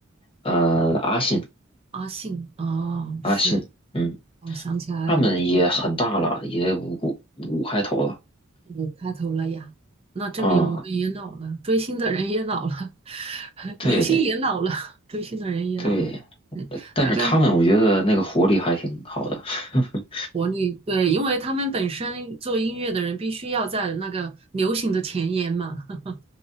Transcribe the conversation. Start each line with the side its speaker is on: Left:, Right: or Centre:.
Left: 呃，阿信
Right: 阿信。哦，
Left: 阿信，
Right: 是，
Left: 嗯，
Right: 我想起来了。
Left: 他们也很大了，也五五五开头了
Right: 嗯，开头了呀，那证明我们也老了，
Left: 啊。
Right: 追星的人也老了，<laughs>
Left: 对
Right: 明星也老了，追星的人也老了。
Left: 对，
Right: 嗯，
Left: 呃但是他们我觉得那个活力还挺好的。
Right: 那个
Left: <laughs>
Right: 国内，对，因为他们本身做音乐的人必须要在那个流行的前沿嘛，<laughs>